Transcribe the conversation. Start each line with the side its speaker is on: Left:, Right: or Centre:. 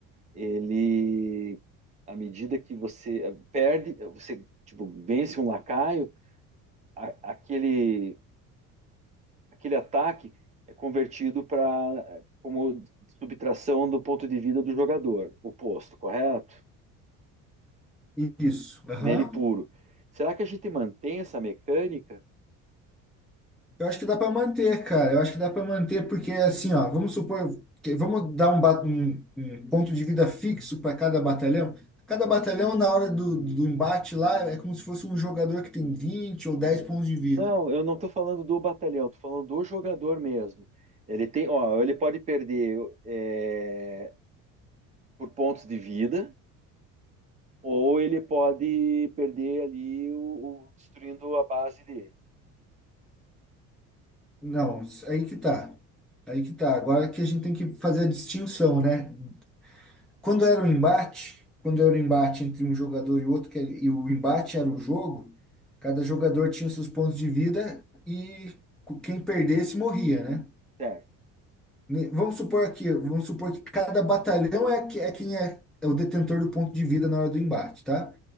Right: ele, à medida que você eh, perde, você tipo, vence um lacaio, a- aquele, aquele ataque é convertido para como subtração do ponto de vida do jogador, oposto, correto?
Centre: isso. Aham,
Right: Nele puro. Será que a gente mantém essa mecânica?
Centre: Eu acho que dá para manter, cara. Eu acho que dá para manter, porque assim, ó, vamos supor, que- vamos dar um, ba- um- um ponto de vida fixo para cada batalhão. Cada batalhão, na hora do, do embate lá, é como se fosse um jogador que tem 20 ou dez pontos de vida.
Right: Não, eu não estou falando do batalhão, estou falando do jogador mesmo. Ele tem, ó, ele pode perder é, por pontos de vida, ou ele pode perder ali o, o- destruindo a base dele.
Centre: Não, aí que tá. Aí que tá. Agora que a gente tem que fazer a distinção, né? Quando era o embate, quando era o embate entre um jogador e outro, que, ele- e o embate era o jogo, cada jogador tinha seus pontos de vida e quem perdesse morria, né?
Right: Certo,
Centre: Ne- Vamos supor aqui, vamos supor que cada batalhão é, que- é quem é, é o detentor do ponto de vida na hora do embate, tá?